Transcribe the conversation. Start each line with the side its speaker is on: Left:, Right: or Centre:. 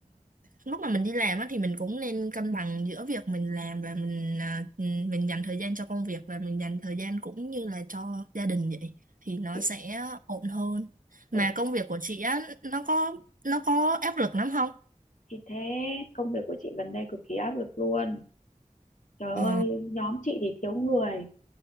Right: lúc mà mình đi làm á thì mình cũng nên cân bằng giữa việc mình làm và mình à, ừ, mình dành thời gian cho công việc và mình dành thời gian cũng như là cho gia đình vậy thì nó
Left: chị
Right: sẽ ổn hơn mà
Left: ừ
Right: công việc của chị á nó có nó có áp lực lắm không
Left: thì thế công việc của chị gần đây cực kỳ áp lực luôn trời ơi
Right: ờ
Left: nhóm chị thì thiếu người